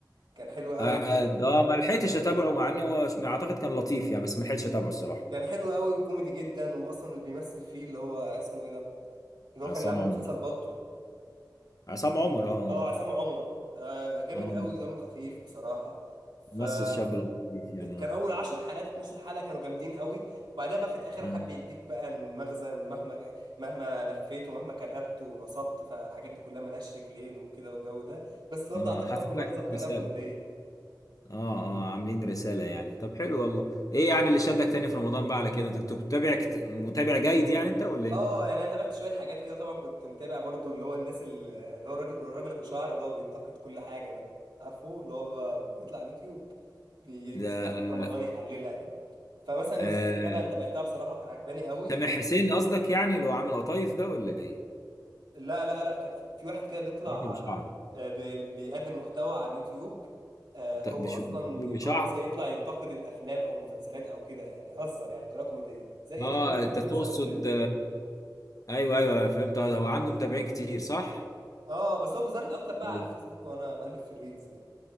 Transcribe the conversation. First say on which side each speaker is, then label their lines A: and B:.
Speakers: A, on the right; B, on the left.
A: كان حلو قوي
B: آه، ده ما لحقتش اتابعه مع انه هو ش- اعتقد كان لطيف يعني بس ما لحقتش اتابعه الصراحه
A: كان حلو قوي وكوميدي جدا واصلا اللي بيمثل فيه اللي هو اسمه ايه ده اللي
B: عصام
A: هو كان اللي عامل
B: عمر
A: مسلسل بالطو
B: عصام عمر اه
A: اه عصام عمر آه جامد
B: اه
A: قوي ودمه خفيف بصراحه فكان
B: ممثل شاب لطيف يعني اه
A: اول 10 حلقات 12 حلقه كانوا جامدين قوي وبعدها بقى في الاخر
B: اه
A: حب يديك بقى المغزى ان مهما ج- مهما لفيت ومهما كتبت ونصبت فالحاجات دي كلها ملهاش رجلين وكده والجو ده بس برضه
B: آه،
A: اعتقد
B: حاطط
A: برضه مغزى
B: لك
A: بطريقه
B: رساله
A: كوميديه
B: اه اه عاملين رساله يعني طب حلو والله ايه يعني اللي شدك تاني في رمضان بقى على كده انت كنت متابع كت- متابع جيد يعني انت ولا ايه
A: اه يعني انا تابعت شويه حاجات كده طبعا كنت متابع برضو اللي هو الناس ال- اللي هو الراجل الراجل ابو شعر اللي هو بينتقد كل حاجه ده عارفه اللي هو ب- بيطلع على اليوتيوب بيمسك
B: ده آه
A: رمضان يحللها كده فمثلا المسلسل
B: آه
A: اللي انا تابعتها بصراحه كانت عجباني قوي
B: سامح حسين قصدك يعني اللي هو عامل قطايف ده ولا ايه
A: لا لا لا كان في, في واحد كده بيطلع
B: مين ابو شعر
A: آه، بي- بيقدم محتوى على اليوتيوب آه،
B: ده؟
A: هو
B: بش-
A: اصلا اللي
B: بشعر
A: هو مثلا يطلع ينتقد الافلام او المسلسلات او كده يعني يهزر يعني بطريقه كوميديه زي
B: اه
A: قدر
B: انت
A: كده
B: تقصد
A: مثلا وبدايه التيك توك
B: ايوه ايوه فهمت هو عنده متابعين كتير صح
A: اه بس هو بيظهر لي اكتر بقى
B: لذ-
A: على الفيسبوك وانا بقلب في الريلز كده